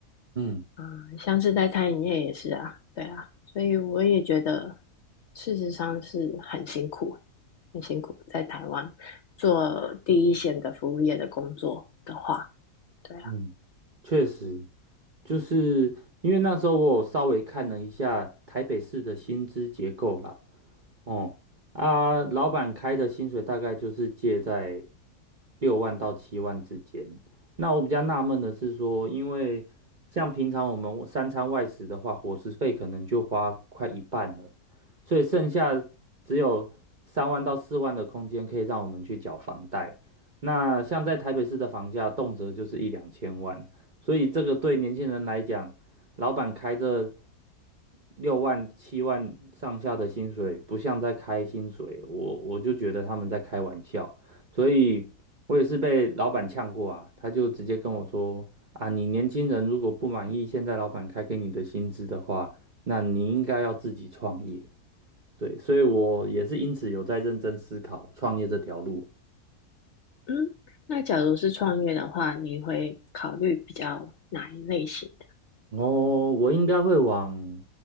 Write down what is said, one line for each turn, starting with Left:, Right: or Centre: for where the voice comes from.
Right: 嗯
Left: 嗯，像是在餐饮业也是啊，对啊，所以我也觉得，事实上是很辛苦，很辛苦。在台湾做第一线的服务业的工作的话，对啊，
Right: 嗯，确实，就是因为那时候我有稍微看了一下台北市的薪资结构啦，哦，啊，老板开的薪水大概就是介在六万到七万之间。那我比较纳闷的是说，因为像平常我们三餐外食的话，伙食费可能就花快一半了，所以剩下只有三万到四万的空间可以让我们去缴房贷。那像在台北市的房价，动辄就是一两千万，所以这个对年轻人来讲，老板开着六万七万上下的薪水，不像在开薪水，我我就觉得他们在开玩笑，所以我也是被老板呛过啊，他就直接跟我说啊，你年轻人如果不满意现在老板开给你的薪资的话，那你应该要自己创业。对，所以我也是因此有在认真思考创业这条路。
Left: 嗯，那假如是创业的话，你会考虑比较哪一类型的？
Right: 哦，我应该会往